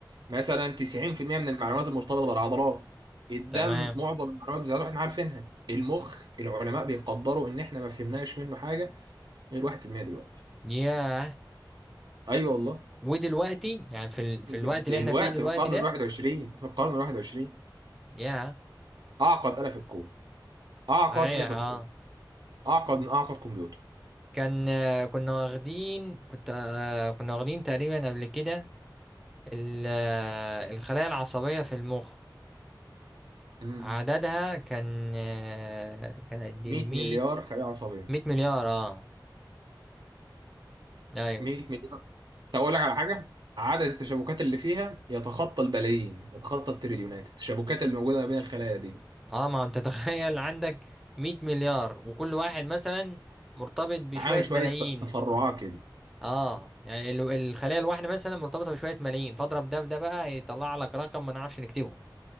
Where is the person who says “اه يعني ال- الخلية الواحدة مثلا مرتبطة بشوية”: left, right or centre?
Centre